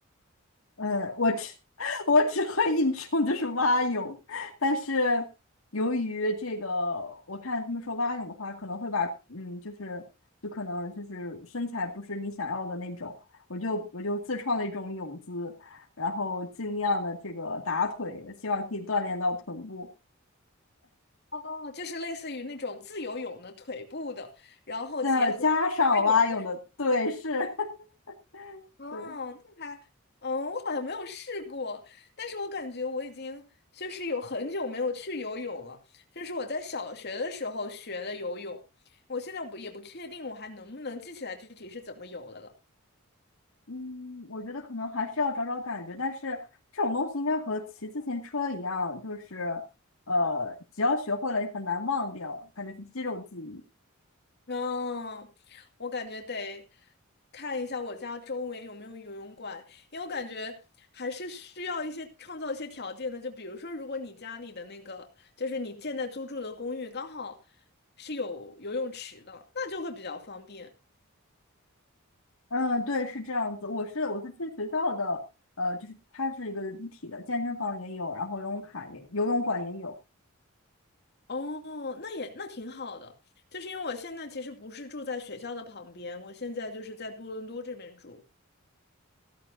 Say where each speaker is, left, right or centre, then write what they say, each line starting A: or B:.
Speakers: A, on the left; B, on the left.
A: 呃，我只 <laughs> 我只会一种，就是蛙泳。但是由于这个，我看他们说蛙泳的话，可能会把嗯，就是就可能就是身材不是你想要的那种，我就我就自创了一种泳姿，然后尽量的这个打腿，希望可以锻炼到臀部。
B: 哦，就是类似于那种自由泳的腿部的，然后结合蛙泳的。
A: 再加上蛙泳的，对，是，<laughs>
B: 哦，
A: 对。
B: 那还，嗯，我好像没有试过，但是我感觉我已经就是有很久没有去游泳了，就是我在小学的时候学的游泳，我现在不也不确定我还能不能记起来具体是怎么游的了。
A: 嗯，我觉得可能还是要找找感觉，但是这种东西应该和骑自行车一样，就是呃，只要学会了也很难忘掉，感觉是肌肉记忆。
B: 嗯，我感觉得看一下我家周围有没有游泳馆，因为我感觉还是需要一些创造一些条件的。就比如说，如果你家里的那个，就是你现在租住的公寓刚好是有游泳池的，那就会比较方便。
A: 嗯，对，是这样子。我是我是去学校的，呃，就是它是一个一体的，健身房也有，然后游泳卡也游泳馆也有。
B: 哦，那也那挺好的，就是因为我现在其实不是住在学校的旁边，我现在就是在多伦多这边住。